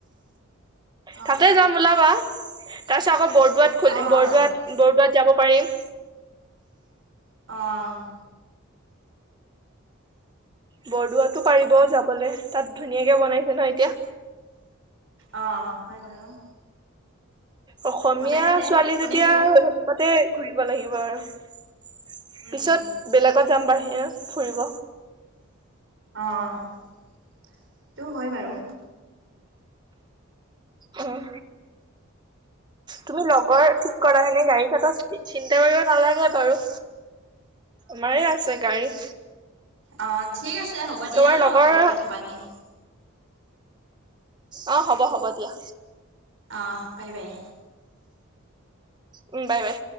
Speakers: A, on the right; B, on the right.
A: অ
B: তাতে যাম ওলাবা। <inaudible> তাৰপাছত আকৌ বৰদোৱাত খু
A: অ
B: বৰদোৱাত
A: যাব
B: বৰদোৱাত যাব পাৰিম।
A: অ'।
B: বৰদোৱাতো পাৰিব যাবলৈ তাত ধুনীয়াকে বনাইছে ন এতিয়া।
A: অঁ হয় বাৰু।
B: অসমীয়া
A: বনাইছে
B: ছোৱালী
A: শুনিছো
B: যেতিয়া আৰু তাতে ঘুৰিব লাগিব আৰু। পিছত
A: উম
B: বেলেগ কত যাম বাহিৰত ফুৰিব।
A: অঁ সেইটো হয় বাৰু।
B: উম, তুমি লগৰ ঠিক কৰা হেনে গাড়ী কথা চিন্তা কৰিব নালাগে বাৰু। আমাৰে আছে গাড়ী।
A: অঁ ঠিক আছে। ছে হ'ব দিয়া
B: তোমাৰ
A: ন
B: লগৰ
A: কালি কথা পাতিম।
B: অঁ, হ'ব-হ'ব দিয়া।
A: অঁ বাই-বাই।
B: উ বাই বাই।